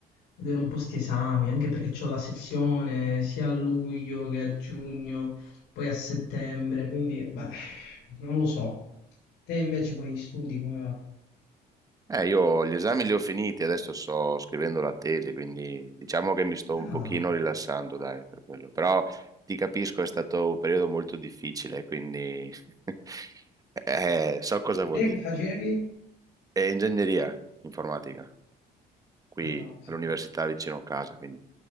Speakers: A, on the left; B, on the right.
A: vedere un po' sti esami, anche perché c'ho la sezione sia a luglio che a giugno, poi a settembre, quindi, beh, non lo so. Te invece con gli studi come va?
B: Eh, io gli esami li ho finiti, adesso sto scrivendo la tesi, quindi diciamo che mi sto
A: No.
B: un pochino rilassando, dai, per quello, però ti capisco, è stato un periodo molto difficile, quindi <laughs> eh, so cosa vuol
A: Te
B: dire.
A: che facevi?
B: È ingegneria informatica, qui
A: Ah, sì.
B: all'università vicino a casa, quindi